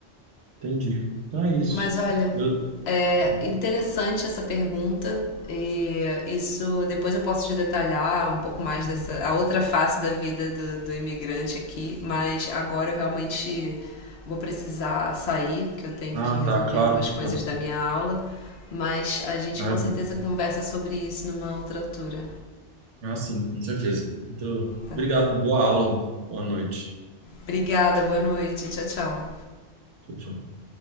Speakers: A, on the right (about 75°); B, on the left (about 65°).
A: Entendi. Então é isso.
B: Mas olha,
A: Eu-
B: é
A: eu-
B: interessante essa pergunta e isso depois eu posso te detalhar um pouco mais dessa a outra face da vida do, do imigrante aqui, mas agora eu realmente vou precisar sair, que eu tenho
A: Ah,
B: que resolver
A: tá, claro,
B: algumas coisas da minha aula, mas a gente
A: claro.
B: com certeza conversa sobre isso numa outra altura,
A: Ah, sim, com certeza. Então,
B: tá?
A: obrigado, boa aula, boa noite.
B: Obrigada, boa noite, tchau, tchau.
A: Tchau, tchau.